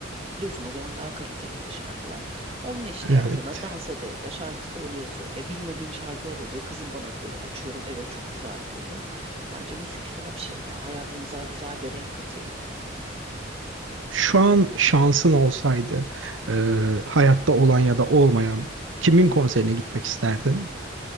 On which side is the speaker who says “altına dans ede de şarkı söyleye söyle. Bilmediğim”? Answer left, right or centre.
Right